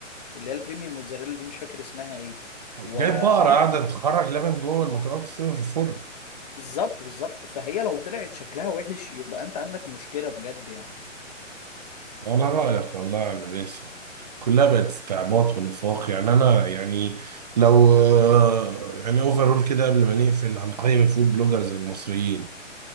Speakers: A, on the left; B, on the right.
A: اللي هي البريميوم موتزاريلا دي مش فاكر اسمها ايه وحاطط
B: جايب بقرة قاعدة تخرج لبن جوه المكرونة بتستوي في الفرن
A: بالظبط بالظبط فهي لو طلعت شكلها وحش يبقى انت عندك مشكلة بجد يعني
B: على رأيك والله يا عم باسم كلها بقت استعباط ونفاق يعني أنا يعني لو آه، يعني أوفرول كده قبل ما نقفل هنقيم الفود بلوجرز المصريين